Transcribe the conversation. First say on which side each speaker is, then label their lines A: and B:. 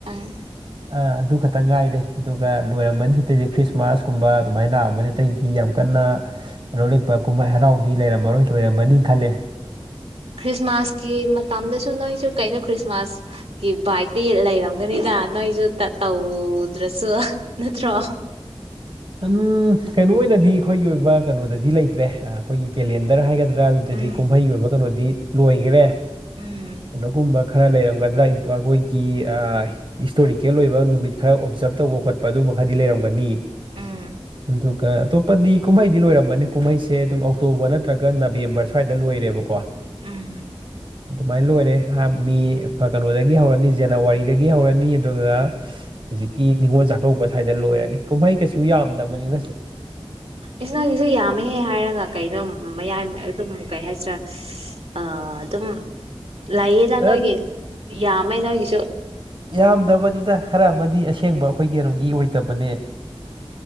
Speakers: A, on the right; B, on the right.
A: <inaudible>
B: ꯑ ꯑꯗꯨ ꯈꯛꯇ ꯉꯥꯏꯔꯦ ꯑꯗꯨꯒ ꯂꯣꯏꯔꯝꯕꯅꯤ ꯈꯤꯇꯗꯤ ꯈ꯭ꯔꯤꯁꯃꯥꯁꯀꯨꯝꯕ ꯑꯗꯨꯃꯥꯏꯅ ꯂꯥꯛꯑꯝꯕꯅꯤ ꯑꯇꯩꯗꯤ ꯌꯥꯝ ꯀꯟꯅ ꯑꯩꯅꯣ ꯂꯩꯄ ꯀꯨꯝꯍꯩ ꯍꯔꯥꯎꯗꯤ ꯂꯩꯔꯝꯃꯔꯣꯏ ꯂꯣꯏꯔꯝꯃꯅꯤ ꯈꯜꯂꯦ
A: ꯈ꯭ꯔꯤꯁꯃꯥꯁꯀꯤ ꯃꯇꯝꯗꯁꯨ ꯅꯣꯏꯁꯨ ꯀꯩꯅꯣ ꯈ꯭ꯔꯤꯁꯃꯥꯁ ꯀ ꯚꯥꯏꯇꯤ ꯂꯩꯔꯝꯒꯅꯤꯗ ꯅꯣꯏꯁꯨ ꯇꯧꯗ꯭ꯔꯁꯨ ꯅꯠꯇ꯭ꯔꯣ
B: ꯎꯝ ꯀꯩꯅꯣ ꯑꯣꯏꯅꯗꯤ ꯑꯩꯈꯣꯏꯒꯤ ꯑꯣꯏꯕ ꯀꯩꯅꯣꯗꯗꯤ ꯂꯩꯇ꯭ꯔꯦ ꯑꯩꯈꯣꯏꯒꯤ ꯀꯦꯂꯦꯟꯗꯔ ꯍꯥꯏꯒꯗ꯭ꯔꯥ ꯇ꯭ꯔꯥ ꯑꯗꯨꯗꯗꯤ
A: ꯎꯝ
B: ꯀꯨꯝꯍꯩꯒꯤ ꯑꯣꯏꯕ ꯀꯩꯅꯣꯗꯤ ꯂꯣꯏꯈꯔꯦ
A: ꯎꯝ
B: ꯒꯨꯝꯕ ꯈꯔ ꯂꯩꯔꯝꯒꯗ꯭ꯔꯥ ꯑꯩꯈꯣꯏꯒꯤ ꯍꯤꯁꯇꯣꯔꯤꯀꯦꯜ ꯑꯣꯏꯕ ꯅꯨꯃꯤꯠ ꯈꯔ ꯑꯣꯞꯖꯥꯔꯕ ꯇꯧꯕ ꯈꯣꯠꯄ ꯑꯗꯨꯝꯕ ꯈꯔꯗꯤ ꯂꯩꯔꯝꯒꯅꯤ
A: ꯎꯝ
B: ꯑꯗꯨꯒ ꯑꯇꯣꯞꯄꯗꯤ ꯀꯨꯝꯍꯩꯗꯤ ꯂꯣꯏꯔꯝꯕꯅꯤ ꯀꯨꯝꯍꯩꯁꯦ ꯑꯗꯨꯝ ꯑꯣꯛꯇꯣꯕꯔ ꯅꯠꯇ꯭ꯔꯒ ꯅꯕꯦꯝꯕꯔꯁꯦ ꯁ꯭ꯋꯥꯏꯗ ꯂꯣꯏꯔꯦꯕꯀꯣ
A: ꯎꯝ
B: ꯑꯗꯨꯃꯥꯏꯅ ꯂꯣꯏꯔꯦ ꯃꯤ ꯀꯩꯅꯣꯗꯒꯤ ꯍꯧꯔꯅꯤ ꯖꯅꯋꯥꯔꯤꯗꯒꯤ ꯍꯧꯔꯅꯤ ꯑꯗꯨꯗꯨꯒ ꯍꯧꯖꯤꯛꯀꯤ ꯅꯤꯉꯣꯜ ꯆꯥꯛꯀꯧꯕ ꯁꯋꯥꯏꯗ ꯂꯣꯏꯔꯅꯤ ꯀꯨꯝꯍꯩ ꯀꯩꯁꯨ ꯌꯥꯝꯗꯕꯅꯤꯅ ꯁꯤꯁ
A: ꯏꯁ ꯅꫭꯏꯒꯤꯁꯨ ꯌꯥꯝꯃꯦꯍꯦ ꯍꯥꯏꯔꯒ ꯀꯩꯅꯣ ꯃꯌꯥꯏ ꯑꯗꯨꯝ ꯀꯩ ꯍꯥꯏꯁꯤꯔꯥ ꯑꯥ ꯑꯗꯨꯝ ꯂꯩꯌꯦꯅ ꯅꯣꯏꯒꯤ
B: ꯑ
A: ꯌꯥꯝꯃꯦ ꯅꯣꯏꯒꯤꯁꯨ
B: ꯌꯥꯝꯗꯕꯅꯤꯗꯥ ꯈꯔꯥ ꯑꯃꯥꯗꯤ ꯑꯁꯦꯡꯕ ꯑꯩꯈꯣꯏ ꯀꯩꯅꯣꯒꯤ ꯑꯣꯏꯗꯕꯅꯦ